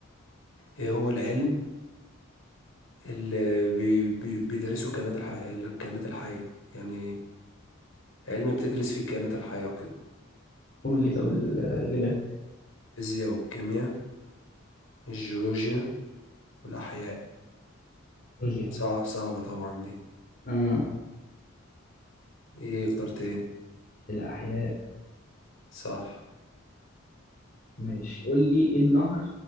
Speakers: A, on the left; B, on the left.
A: ايه هو العلم اللي بي بي بيدرسه الكائنات الحية الكائنات الحية يعني علم بتدرس فيه الكائنات الحية وكده
B: قول لي طب الإجابات
A: الفيزياء والكيمياء الجيولوجيا والأحياء
B: جورجيا
A: صعب صعبة طبعا دي
B: اه
A: ايه اخترت ايه
B: الأحياء
A: صح
B: ماشي قول لي ايه النهر